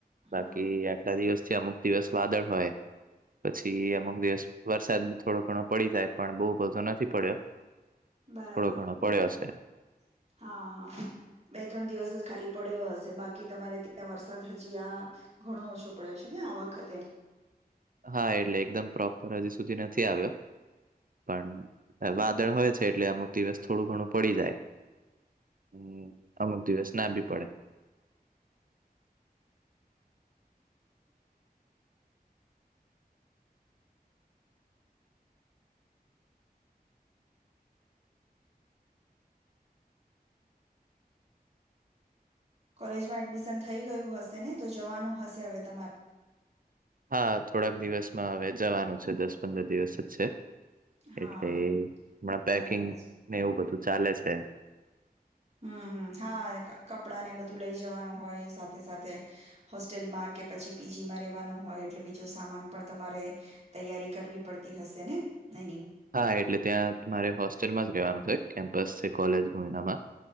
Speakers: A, on the right; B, on the right.
A: બાકી
B: હમ
A: આટ કેટલા દિવસથી અમુક દિવસ વાદળ હોય પછી અમુક દિવસ વરસાદ. થોડો ઘણો પડી જાય પણ બહુ બધો નથી પડ્યો
B: બરાબર
A: થોડો ઘણો
B: હમ
A: પડ્યો છે.
B: હા હા. બે ત્રણ દિવસ જ ખાલી પડ્યો હશે બાકી તમારે ત્યાં વરસાદ હજી આ ઘણો ઓછો પડ્યો છે ને આ વખતે.
A: હા એટલે એકદમ પ્રોપર હજી સુધી નથી આવ્યો. પણ વાદળ હોય છે એટલે અમુક દિવસ થોડું ઘણું પડી જાય. હમ અમુક દિવસ ના બી પડે.
B: કોલેજમાં એડમિશન થઈ ગયું હશે ને તો જવાનું હશે હવે તમારે.
A: હા થોડાક દિવસમાં જવાનું છે દસ પંદર દિવસ જ છે.
B: હા
A: એટલે હમણાં પેકિંગને
B: બરાબર છે
A: એવું બધું ચાલે છે.
B: હમ હમ હા કપડા ને બધું લઇ જવાનું હોય સાથે સાથે સાથે. હોસ્ટેલમાં કે પછી પી. જી માં રેવાનું હોય એટલે બીજું સામાન પણ તમારે તૈયારી કરવી પડતી હશે ને નઈ તેની
A: હા એટલે ત્યાં મારે હોસ્ટેલમાં જ રેવાનું છે કેમ્પસ છે કોલેજ ન એનામાં.